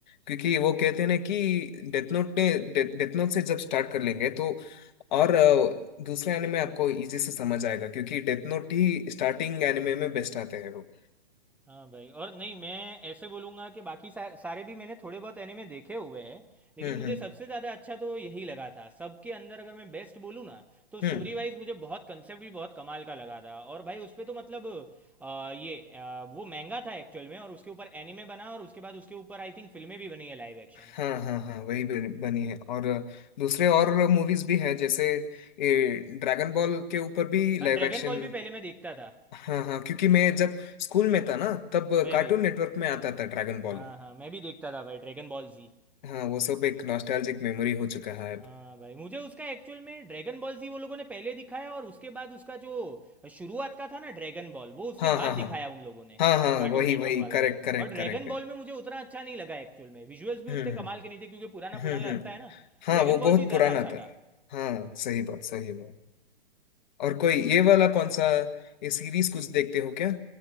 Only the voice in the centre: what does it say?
हाँ भाई और नहीं मैं ऐसे बोलूँगा कि बाकी सा, सारे भी मैंने थोड़े बहुत एनिमे देखे हुए हैं लेकिन
मुझे
सबसे ज़्यादा अच्छा तो यही लगा था सबके अंदर अगर मैं बेस्ट बोलूँ ना तो स्टोरी
वाइज मुझे बहुत कंसेप्ट भी बहुत कमाल का लगा था और भाई उस पे तो मतलब अ, ये अ, वो महंगा था एक्चुअल में और उसके ऊपर एनिमे बना और उसके बाद उसके ऊपर आई थिंक फिल्में भी बनी है लाइव एक्शन
हाँ
ड्रैगन
बॉल भी पहले मैं देखता था
मैं
भी
हाँ हाँ मैं भी देखता था भाई ड्रैगन बॉल जी
हाँ भाई मुझे उसका एक्चुअल में ड्रैगन बॉल जी वो लोगों ने पहले दिखाया और उसके बाद उसका जो शुरुआत का था ना ड्रैगन बॉल वो उसके
बाद
दिखाया
उन लोगों ने
कार्टून
नेटवर्क
वालों
ने
और ड्रैगन
बॉल
में मुझे उतना अच्छा नहीं लगा एक्चुअल में विजुअल्स भी
उतने
कमाल के नहीं थे क्योंकि पुराना पुराना
लगता
है ना
ड्रैगन
बॉल
जी ज़्यादा
अच्छा था